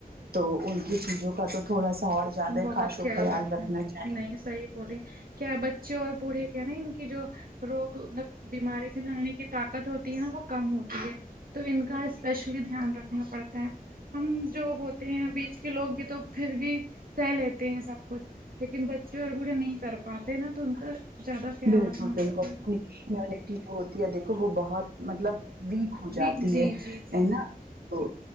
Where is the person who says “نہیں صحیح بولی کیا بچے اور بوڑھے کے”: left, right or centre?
Right